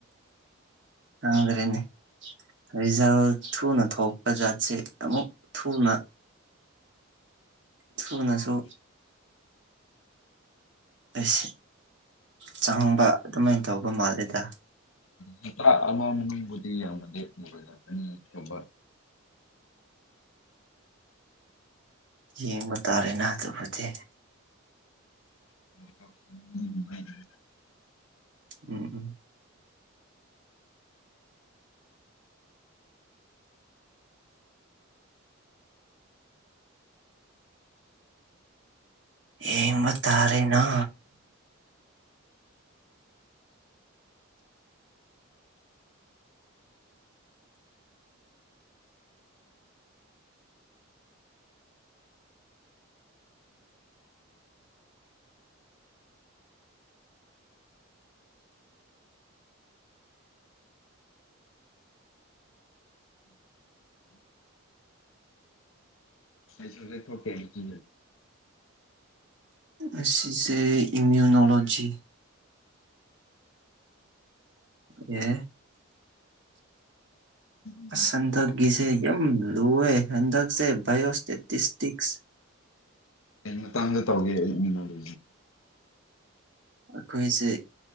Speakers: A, on the right; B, on the left.
A: ꯈꯪꯗ꯭ꯔꯦꯅꯦ ꯔꯤꯖꯜ ꯊꯨꯅ ꯊꯣꯛ ꯕꯖꯥꯔꯠꯁꯦ ꯑꯃꯨꯛ ꯊꯨꯅ ꯊꯨꯅꯁꯨ ꯑꯩꯁ ꯆꯪꯕ ꯑꯗꯨꯃꯥꯏꯅ ꯇꯧꯕ ꯃꯥꯜꯂꯦꯗ
B: ꯅꯨꯄꯥ ꯑꯃꯃ ꯃꯤꯕꯨꯗꯤ ꯌꯥꯝꯃꯗꯦꯏꯗ ꯑꯅꯤ ꯑꯣꯛꯇꯣꯕ
A: ꯌꯦꯡꯕ ꯇꯥꯔꯦꯅꯦ ꯑꯗꯨꯕꯨꯗꯤ
B: <inaudible>
A: ꯎꯝ ꯎꯝ ꯌꯦꯡꯕ ꯇꯔꯦꯅ
B: ꯑꯩ ꯁꯨꯝ ꯂꯩꯛꯊꯣꯛꯀꯦꯅ ꯈꯖꯦ
A: ꯑꯁꯤ ꯁꯤꯁꯦ ꯏꯃ꯭ꯌꯨꯅꯣꯂꯣꯖꯤ ꯑꯦ
B: ꯎꯝ
A: ꯑꯁ ꯍꯟꯗꯛꯀꯤꯁꯦ ꯌꯥꯝ ꯂꯨꯑꯦ ꯍꯟꯗꯛꯁꯦ ꯕꯥꯏꯌꯑꯣꯁꯇꯦꯇꯤꯁꯇꯤꯛꯁ
B: ꯃꯇꯥꯡꯗ ꯇꯧꯒꯦ ꯑꯩꯟꯅ ꯑꯗꯨ
A: ꯑꯩꯈꯣꯏꯁꯦ